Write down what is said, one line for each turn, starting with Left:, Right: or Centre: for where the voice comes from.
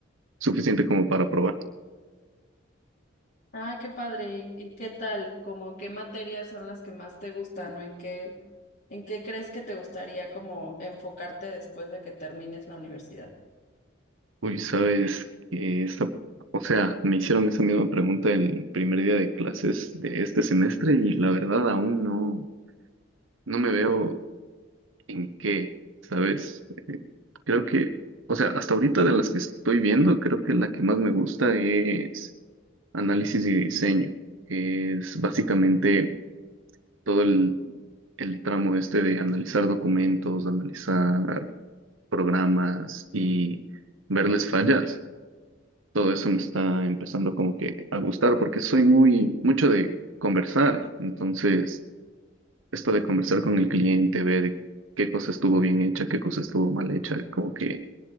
Right: suficiente como para probar.
Left: Ah, qué padre. ¿Y y qué tal? Como qué materias son las que más te gustan o en qué, en qué crees que te gustaría como enfocarte después de que termines la universidad?
Right: Uy, sabes que esta, o sea, me hicieron esa misma pregunta el primer día de clases de este semestre y la verdad aún no, no me veo en qué, ¿sabes? Eh, creo que, o sea, hasta ahorita de las que estoy viendo, creo que la que más me gusta es análisis y diseño, que es básicamente todo el, el tramo este de analizar documentos, analizar programas y verles fallas. todo eso me está empezando como que a gustar porque soy muy mucho de conversar. Entonces, esto de conversar con el cliente, ver qué cosa estuvo bien hecha, qué cosa estuvo mal hecha, como que